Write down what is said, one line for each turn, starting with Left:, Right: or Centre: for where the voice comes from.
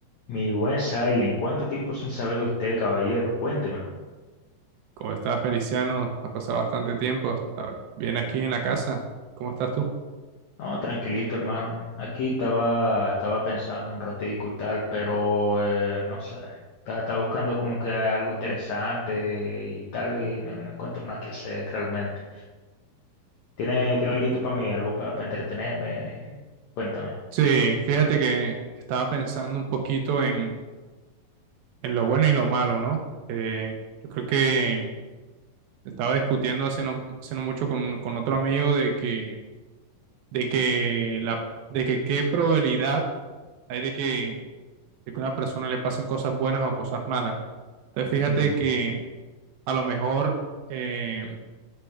Left: Mi buen Silent, ¿cuánto tiempo sin saber de usted, caballero? Cuéntemelo.
Right: ¿Cómo estás, Feliciano? Ha pasado bastante tiempo. ¿Está bien aquí en la casa? ¿Cómo estás tú?
Left: No, tranquilito, hermano. Aquí estaba, estaba pensando un ratico y tal, pero eh, no sé. Estaba, estaba buscando como que algo interesante y tal, y no, no encuentro nada que hacer realmente. ¿Tiene, tiene
Right: Bien.
Left: algo para mí, algo para entretenerme? Cuéntame.
Right: Sí, fíjate que estaba pensando un poquito en, en lo bueno y lo malo, ¿no? Eh, yo creo que estaba discutiendo hace no, hace no mucho con, con otro amigo de que, de que la, de que qué probabilidad hay de que, de que a una persona le pasen cosas buenas o cosas malas. Entonces, fíjate
Left: Ujú,
Right: que a lo mejor eh,